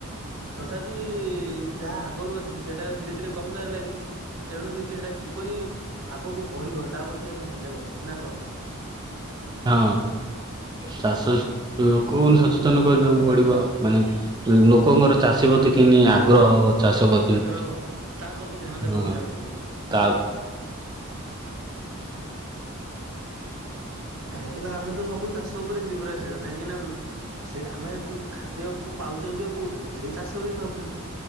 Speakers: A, on the right; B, on the right.
A: ତଥାପି ଯାହା ଆଗରୁ ଅଛି ସେଇଟା ଧୀରେ ଧୀରେ କମିବାରେ ଲାଗିଛି ତ ତେଣୁକ ସେଟା କିପରି ଆଗକୁ ବଢିବ ତା ପ୍ରତି ଆମେ ସେମତା କହୁ ନା କଣ କହୁଛନ୍ତି?
B: ହଁ ଚାଷ ଲୋକ ସଚେତନ କରିବାକୁ ପଡିବ ଆଉ ମାନେ ଲୋକଙ୍କର ଚାଷୀ
A: ହୁଁ
B: ପ୍ରତି କି ନେଇି ଆଗ୍ରହ ହବ ଚାଷ ପ୍ରତି
A: ଆଗ୍ରହ ହବ ତା ପ୍ରତି ଧ୍ୟାନ ଦେବାକୁ
B: ହଁ
A: ଦେବାକୁ ପଡିବ।
B: ତା
A: କାହିଁକି ନା ଆମେ ତ ସବୁ ଚାଷ ଉପରେ ନିର୍ଭରଶୀଳ କାହିଁକି ନା ସେ ଆମେ ଖାଦ୍ୟ ପାଉଛନ୍ତି ଆଉ କୋଉଠି ଆ ସେଇ ଚାଷରୁ ବିି ପାଉଛନ୍ତି।